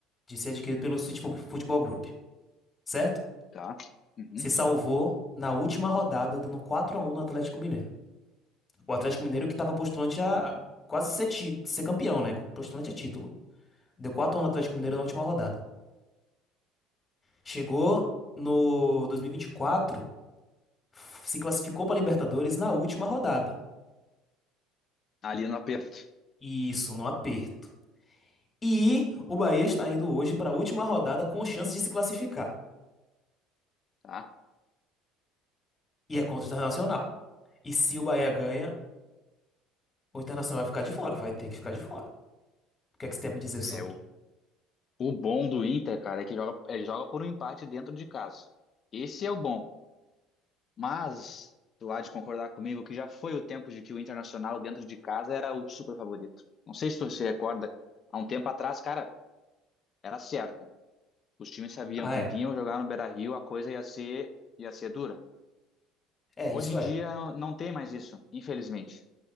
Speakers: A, on the left; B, on the left.
A: de ser adquirido pelo City Fu- Futebol Group, certo?
B: tá. Uhum.
A: Se salvou na última rodada, dando quatro a um no Atlético Mineiro. O Atlético Mineiro que tava postulante a a quase ser, ti- ser campeão, né? Postulante a título. Deu quatro a um no Atlético Mineiro na última rodada. Chegou no 2024, f- se classificou pra Libertadores na última rodada.
B: Ali no aperto,
A: E isso, no aperto. E o Bahia está indo hoje para a última rodada com chance de se classificar.
B: tá?
A: E é contra o Internacional. E se o Bahia ganha, o Internacional vai ficar de fora, vai ter que ficar de fora. O que é que você tem a me dizer sobre?
B: É o, o bom do Inter, cara, é que joga, é, joga por um empate dentro de casa. Esse é o bom. Mas tu há de concordar comigo que já foi o tempo de que o Internacional dentro de casa era o super favorito. Não sei se tu se recorda, há um tempo atrás, cara, era certo. Os times sabiam
A: Ah,
B: que
A: é.
B: vinham jogar no Beira-Rio, a coisa ia ser ia ser dura.
A: É,
B: Hoje
A: isso
B: em
A: é.
B: dia não não tem mais isso, infelizmente.